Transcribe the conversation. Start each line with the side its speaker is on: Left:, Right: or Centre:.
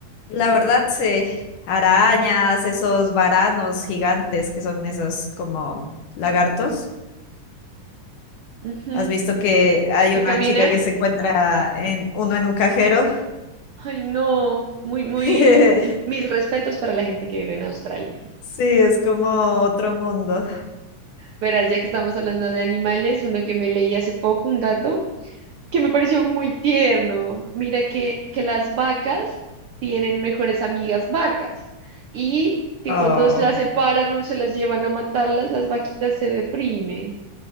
Left: La verdad, sí. Arañas, esos varanos gigantes que son esos como lagartos.
Right: Ujú,
Left: ¿Has visto que hay
Right: Que
Left: una
Right: caminan.
Left: chica que se encuentra en uno en un cajero?
Right: Ay, no, muy, muy,
Left: <laughs>
Right: mis respetos para la gente que vive en Australia.
Left: Sí, es como otro mundo.
Right: Verás, ya que estamos hablando de animales, uno que me leí hace poco, un dato, que me pareció muy tierno. Mira que, que las vacas tienen mejores amigas vacas y que
Left: Oh,
Right: cuando las separan o se las llevan a matarlas, las vaquitas se deprimen.